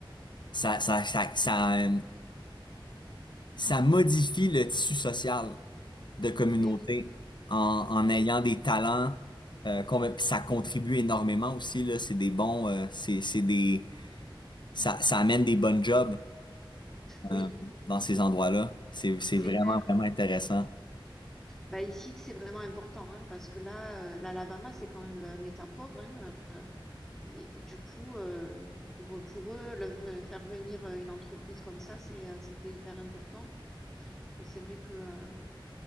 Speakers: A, on the left; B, in the centre.
A: ça, ça, ça, ça, euh, ça modifie le tissu social de communauté
B: Eh oui,
A: en, en
B: ouais.
A: ayant des talents, euh, qu'on- puis ça contribue énormément aussi, là, c'est des bons, euh, c'est, c'est des, ça, ça amène des bonnes jobs,
B: Oui,
A: euh, dans ces endroits-là. C'est, c'est
B: c'est
A: vraiment,
B: clair.
A: vraiment intéressant.
B: Bah ici c'est vraiment important hein, parce que là, euh, l'Alabama c'est quand même le- un État pauvre. hein. Et du coup, euh, pour pour eux, le- faire venir une entreprise comme ça, c'est euh, c'était hyper important. Et c'est vrai que euh,